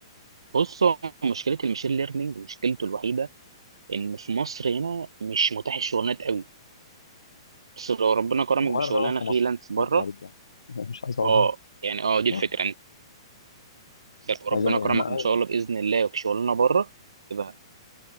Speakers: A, on the right; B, on the left.
A: بص هو مشكله المشين ليرنينج مشكلته الوحيده ان في مصر هنا مش متاح الشغلانات قوي بس لو ربنا كرمك
B: وانا
A: بشغلانه
B: مش عايز اقعد في
A: فريلانس
B: مصر
A: بره
B: مش هكدب عليك يعني <laughs> مش عايز اقعد
A: اه يعني اه دي
B: هنا
A: الفكره
B: آه.
A: طب وربنا
B: عايز أبقى-
A: كرمك
B: يعني ايوه
A: ان شاء الله باذن الله وبشغلنا بره يبقى